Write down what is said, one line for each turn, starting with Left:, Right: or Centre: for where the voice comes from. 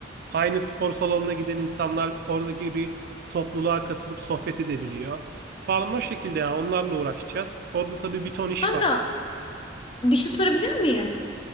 Right: Aynı spor salonuna giden insanlar oradaki bir topluluğa katılıp sohbet edebiliyor. Falan o şekilde yani onlarla uğraşacağız. Orada tabii bir ton iş
Left: Kanka
Right: var.
Left: Bir şey sorabilir miyim?